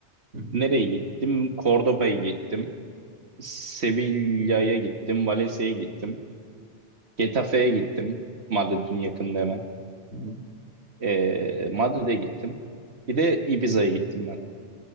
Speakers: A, on the right; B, on the right.
A: hı hı,
B: Nereye gittim? Cordoba'ya gittim. Sevilla'ya gittim. Valencia'ya gittim. Getafe'ye gittim. Madrid'in yakınında hemen.
A: hı hı.
B: Ee, Madrid'e gittim. Bir de Ibiza'ya gittim ben.